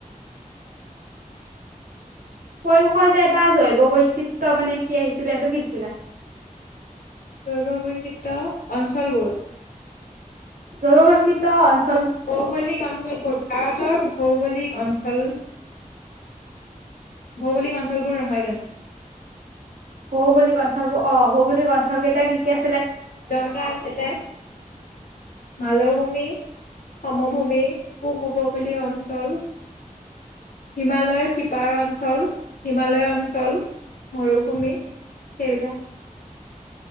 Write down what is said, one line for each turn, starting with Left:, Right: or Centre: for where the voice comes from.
Right: পৰিৱেশৰ যে এটা জৈৱ-বৈচিত্ৰয় মানে কি আহিছিলে, সেইটো কি লিখিলা?
Left: জৈৱ-বৈচিত্ৰ অঞ্চলবোৰ
Right: জৈৱ বৈচিত্ৰ্য।
Left: ভৌগলিক অঞ্চলবোৰ, ভাৰতৰ ভৌগলিক অঞ্চল ভৌগোলিক অঞ্চলবোৰ নহয় জানো।
Right: ভৌগোলিক অঞ্চলবোৰ অ' ভৌগোলিক অঞ্চল কেইটা কি, কি আ
Left: দহটা আছিলে মালভূমি সমভূমি পূব উপকূলীয় অঞ্চল, হিমালয় সিপাৰ অঞ্চল, হিমালয় অঞ্চল, মৰুভূমি সেইবিলাক।